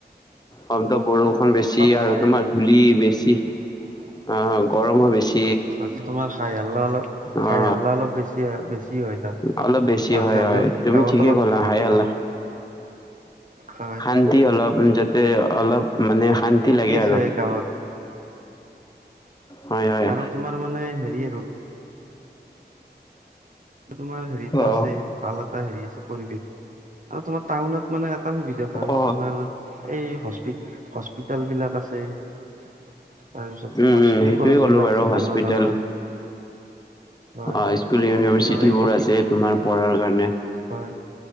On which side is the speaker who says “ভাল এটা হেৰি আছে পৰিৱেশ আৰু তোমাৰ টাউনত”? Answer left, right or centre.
Right